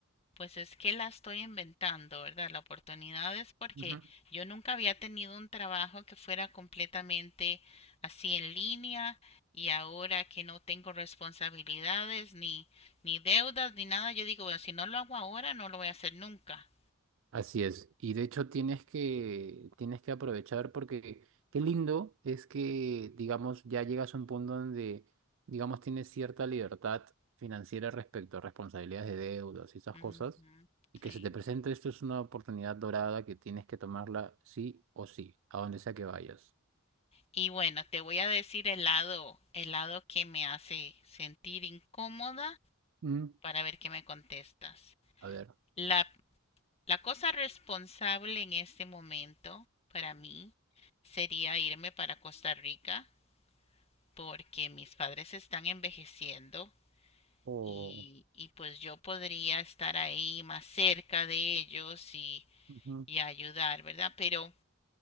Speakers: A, on the left; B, on the right.
A: Pues es que la estoy inventando, ¿verdad? La oportunidad es porque
B: Ujú.
A: yo nunca había tenido un trabajo que fuera completamente así en línea y ahora que no tengo responsabilidades ni, ni deudas ni nada, yo digo, bueno, si no lo hago ahora, no lo voy a hacer nunca.
B: Así es. Y de hecho tienes que, tienes que aprovechar porque qué lindo es que, digamos, ya llegas a un punto donde, digamos, tienes cierta libertad financiera respecto a responsabilidades de deudas y esas
A: Ujú,
B: cosas. Y
A: sí.
B: que se te presente esto es una oportunidad dorada que tienes que tomarla sí o sí, a donde sea que vayas.
A: Y bueno, te voy a decir el lado, el lado que me hace sentir incómoda
B: Mm,
A: para ver qué me contestas.
B: A ver.
A: La La cosa responsable en este momento para mí sería irme para Costa Rica porque mis padres están envejeciendo
B: o
A: y, y pues yo podría estar ahí más cerca de ellos y,
B: ujú.
A: y ayudar, ¿verdad? Pero,